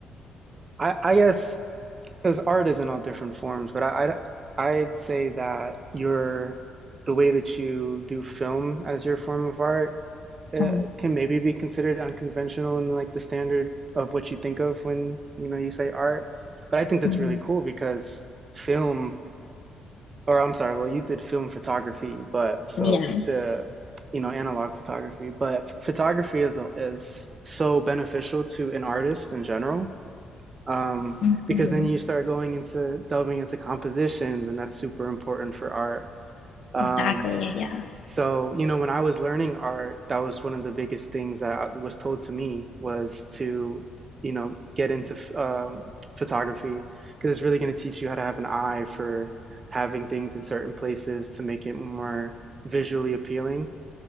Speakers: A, on the right; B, on the left.
A: I I guess because art is in all different forms, but I I I'd say that your the way that you do film as your form of art uh,
B: Mm-hmm.
A: can maybe be considered unconventional in like the standard of what you think of when, you know, you say art. But I think that's
B: Mm-hmm.
A: really cool because film or I'm sorry, well, you did film photography, but so
B: Yeah.
A: the, you know, analog photography, but photography is is so beneficial to an artist in general, um,
B: Mm-hmm.
A: because then you start going into delving into compositions, and that's super important for art. Um,
B: Exactly. Yeah.
A: so, you know, when I was learning art, that was one of the biggest things that was told to me was to, you know, get into f- um, photography because it's really going to teach you how to have an eye for having things in certain places to make it more visually appealing.